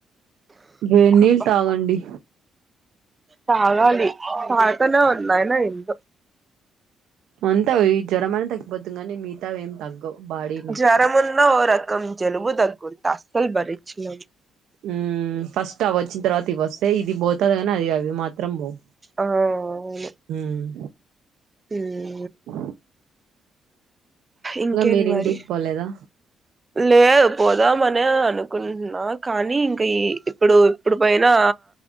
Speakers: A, on the right (about 80°); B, on the right (about 25°).
A: వేడి నీళ్లు
B: అబ్బా
A: తాగండి
B: తాగాలి తాగుతూనే ఉన్న అయినా ఎందో
A: అంతా ఈ జ్వరమన్న తగ్గిపోతుంది కానీ మిగితవి ఏం తగ్గవు బాడీ నొప్పి
B: జ్వరమున్న ఓ రకం జలుబు దగ్గు ఉంటే అస్సలు భరించలేం
A: ఉ ఫస్ట్ అవి వచ్చిన తర్వాత ఇవి వస్తే ఇది పోతుంది కానీ అది అవి మాత్రం పోవు
B: ఆ అవును
A: వ్మ్
B: హ్మ్
A: అ
B: ఇంకేంది
A: మీరింటికి
B: మరి
A: పోలేదా
B: లేదు పోదామనే అనుకుంటున్నా కానీ ఇంకా ఈ ఇప్పుడు ఇప్పుడు పోయినా